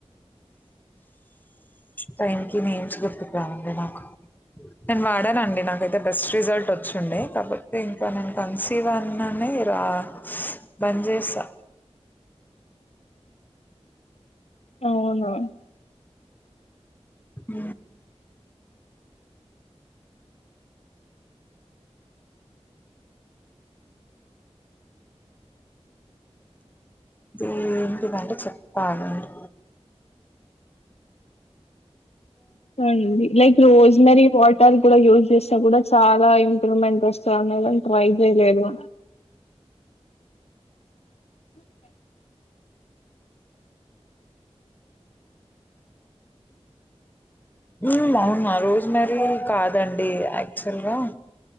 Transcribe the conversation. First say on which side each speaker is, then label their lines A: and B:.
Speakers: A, on the left; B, on the left.
A: టైం కి నేమ్స్ గుర్తుకురావండి నాకు నేను వాడానండి నాకైతే బెస్ట్ రిజల్ట్ వచ్చిండంది కాబపోతే ఇంకా నేను కన్సీవ్వన్ని రా బంద్ చేసా
B: అవునా
A: అ అ ఎంటిదంటడి చెప్పాలియాండి
B: అడి ైక్ రోస్మెరీ వాటర్ కూడా యూస్ చేస్తా కూడా చాలా ఇంప్రూవ్మెంట్ వస్తాన్నని ట్రై చేయలేదు హుమ్
A: హ్మ్ అవునా రోస్మెరీ కాదండి యాక్చువల్గా